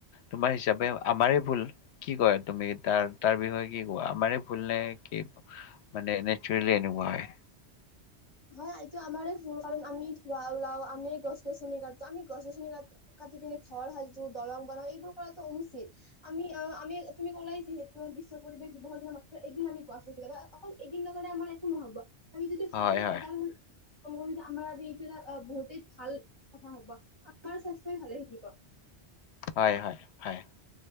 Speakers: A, on the left; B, on the left.
A: তোমাৰ হিচাপে আমাৰে ভুল কি কয় তুমি তাৰ-তাৰ বিষয়ে কি কোৱা আমাৰ ভুল নে কি? মানে নেচাৰলী এনেকুৱা হয়।
B: হয় এইটো আমাৰ ভুল কাৰণ আমি ধোৱা ওলাও আমি গছ গছনি কাটো আমি গছ গছনি কা কাটি পিনে ঘৰ সাজো দলং বনাও এইবোৰ কৰাটো অনুচিত। আমি আমি তুমি কলাই যিহেতু বিশ্ব পৰিৱেশ দিৱসৰ দিনা মাত্ৰ এদিন আমি গছ গছনি ক অকল এইদিন লগালে আমাৰ একো নহব। আমি যদি সদায়
A: হয় হয়
B: এদ <unintelligible> আমাৰ আজি এইটো এটা বহুতেই ভাল। কথা হ'ব আমাৰ স্বাস্থ্যই ভালেই। থাকিব।
A: হয় - হয়